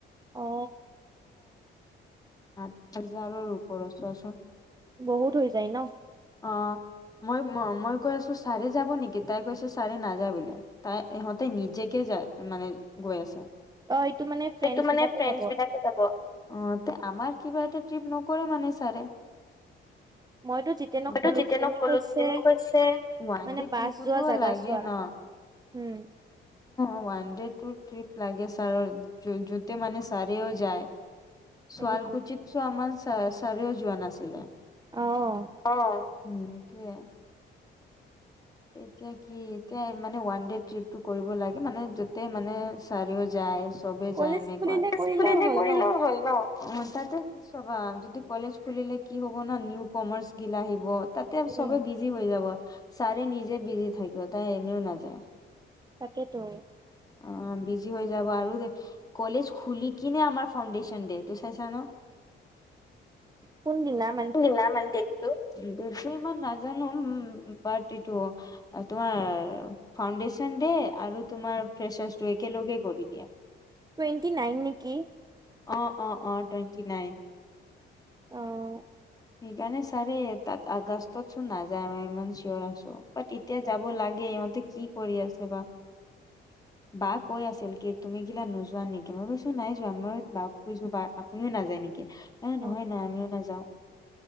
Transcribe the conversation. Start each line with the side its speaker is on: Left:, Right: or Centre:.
Right: অঁ।
Left: আঠ হাজাৰৰ ওপৰত চোৱাচোন।
Right: বহুত হৈ যায় ন।
Left: অঁ, মই মই কৈ আছো চাৰে- যাব নেকি? তাই কৈছে ছাৰে নাযায় বোলে। তাই ইহঁতে নিজেকে যায় মানে গৈ আছে।
Right: অ', এইটো মানে ফ্ৰেণ্ডচ
Left: সেইটো মানে
Right: বিলাকে
Left: ফ্ৰেণ্ডচ
Right: যাব।
Left: বিলাকে- যাব, অঁ তে আমাৰ কিবা এটা ট্ৰিপ নকৰে মানে ছাৰে।
Right: মইতো জিতেনক
Left: মইতো
Right: কলো
Left: জিতেনক
Right: জিতেনে
Left: কলো
Right: কৈছে
Left: জিতেনে কৈছে ওৱান
Right: মানে-
Left: ডে
Right: বাছ
Left: ট্ৰিপতো
Right: যোৱা জেগা
Left: লাগে
Right: চোৱা
Left: ন
Right: ওম।
Left: ওৱান ডে টু টিপ লাগে ছাৰৰ জ জুতে মানে চাৰিও যায়। ছোৱালকুচিত
Right: তাকেতো
Left: চো আমমান ছা ছাৰেও যোৱা নাছিলে।
Right: অঁ!
Left: অঁ উমঁ এইটোয়ে। এতিয়া কি এতিয়া মানে ওৱান দেে ট্ৰিপ টো কৰিব লাগে মানে য'তেই মানে চাৰিও যাই। চবে
Right: কলেজ
Left: যায় এনেকুৱা
Right: খুলিলে
Left: সেচ
Right: কৰিলেও
Left: বুলিও
Right: হ'ল
Left: কৰিলেও
Right: ন?
Left: হ'ল ন। অঁ তাতে চবা যদি কলেজ খুলিলে কি হ'ব ন নিউ কমাৰ্চ গিল আহিব। তাতে
Right: উম,
Left: চবে বিজি হৈ যাব ছাৰে নিজে বিজি থাকিব তাই এনেও নাযায়।
Right: তাকেতো।
Left: অঁ বিজি হৈ যাব আৰু কলেজ খুলি কিনে আমাৰ ফাউণ্ডেশচন দে ত চাইছা ন।
Right: কোন দি নাম।
Left: কোনদিনা মানে দেটটো। দেটটো ইমান নাজানো বাদেটো। তোমাৰ ফাউণ্ডেশ্যন ডে আৰু তোমাৰ ফ্ৰেছাৰছ একেলগে কৰি দিয়া।
Right: টুৱেণ্টি নাইন নেকি?
Left: অঁ অঁ অঁ টুৱেণ্টি নাইন।
Right: অঁ!
Left: সেইকাৰণে ছাৰে তাত আগষ্টত চোন নাযায় ম ইমান চিয়ৰ আছো ব তেতিয়া যাব লাগে ইহঁতে কি কৰি আছে বা।
Right: <inaudible>
Left: বা কৈ আছিল কি তুমি কিলা নোযোৱা নেকি মই কৈছো নাই যোৱা মই বা কৈছো বা আপুনিও নাযায় নেকি? এ
Right: অ',
Left: নহয় না আমিও নাযাওঁ।